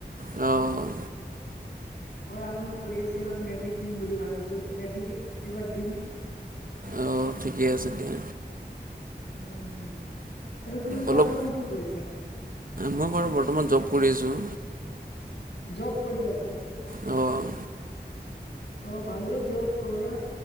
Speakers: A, on the right (about 55°); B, on the left (about 80°).
A: অ'।
B: পঢ়া শুনা কৰি আছে এইবাৰ মেট্ৰিক দিম বুলি ভাবিছো, মেট্ৰিক এইবাৰ দিম।
A: অ', ঠিকে আছে দিয়া।
B: উম, আৰু তুমি বৰ্তমান
A: অলপ
B: কি কৰিছা?
A: মই বাৰু বৰ্তমান জব কৰি আছো।
B: জব কৰি আছা?
A: অ'।
B: অ', ভালেই জব কৰা,